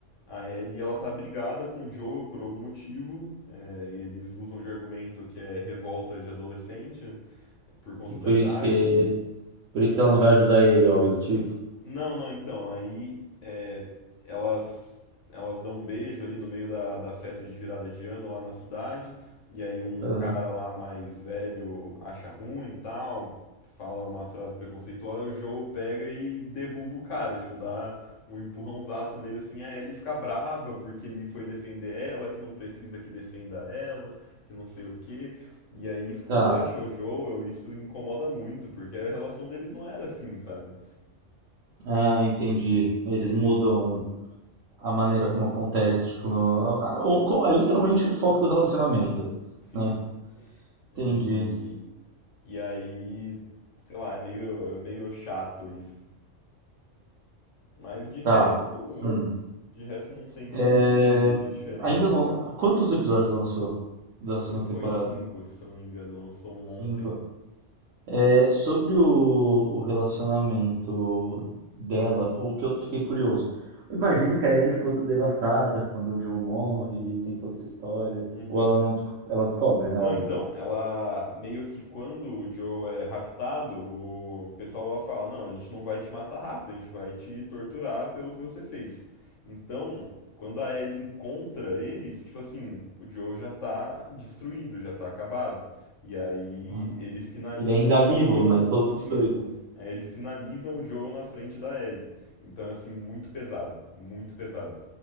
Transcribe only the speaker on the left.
a Ellie, ela tá brigada com o Joel por algum motivo. é, eles usam de argumento que é revolta de adolescente, né? por conta
da idade?
Não, não, então, aí é, elas elas dão um beijo ali no meio da, da festa de virada de ano lá na cidade, e aí um
cara lá mais velho acha ruim e tal, fala umas frases preconceituosas, o Joe pega e derruba o cara, tipo, dá um empurrãozaço nele assim, aí ele fica brava porque ele foi defender ela, que não precisa que defenda ela, que não sei o quê. E aí esculacha
o Joel, isso incomoda muito, porque a relação deles não era assim, sabe?
Sim.
Sim.
E, e aí, sei lá, é meio, é meio chato isso. Mas de resto,
de resto não tem
muita diferença.
Foi
5 se eu não me engano, lançou um ontem.
Uhum.
Não,
então, ela meio que quando o Joe é raptado, o pessoal lá fala: Não, a gente não vai te matar rápido, a gente vai te torturar pelo que você fez. Então, quando a Ellie encontra eles, tipo assim, o Joe já tá destruído, já tá acabado. E aí
eles finalizam
o
Joel,
sim,
aí eles finalizam o Joel na frente da Ellie. Então é assim, muito pesado, muito pesado.